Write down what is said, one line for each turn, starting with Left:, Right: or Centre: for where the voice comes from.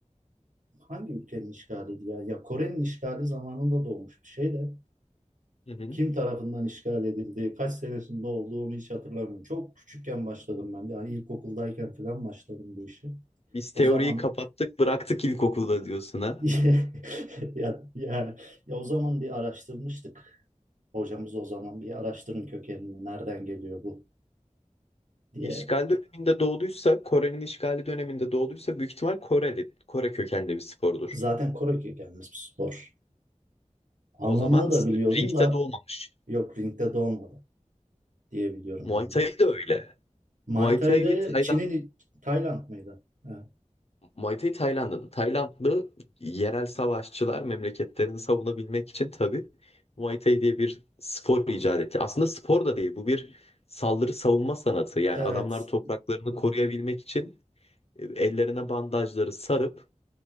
Right: hangi ülkenin işgaliydi ya? Ya Kore'nin işgali zamanında doğmuş bir şey de
Left: Hı hı.
Right: kim tarafından işgal edildi, kaç senesinde olduğu onu hiç hatırlamıyorum. Çok küçükken başladım ben. Yani ilkokuldayken falan başladım bu işe.
Left: Biz teoriyi
Right: O zaman
Left: kapattık bıraktık ilkokulda diyorsun ha.
Right: <laughs> ya, yani, ya o zaman bir araştırmıştık. Hocamız o zaman bir araştırın kökenini, nereden geliyor bu diye.
Left: İşgal döneminde doğduysa Kore'nin işgali döneminde doğduysa büyük ihtimal Koreli, Kore kökenli bir spordur.
Right: Zaten Kore kökenli bir spor. Anlamını
Left: O zaman
Right: da biliyordum
Left: ringte
Right: da
Left: de olmamış.
Right: yok ringde doğmadı diye biliyorum
Left: Muay
Right: yani.
Left: Thai de öyle.
Right: Muay
Left: Muay
Right: Thai'de
Left: Thai Tayland,
Right: Çin'in Tayland mıydı? Ha.
Left: Muay Thai Tayland'ın. Taylandlı yerel savaşçılar memleketlerini savunabilmek için tabii Muay Thai diye bir spor icat etti. Aslında spor da değil bu bir saldırı savunma sanatı. Yani
Right: Evet.
Left: adamlar topraklarını koruyabilmek için e, ellerine bandajları sarıp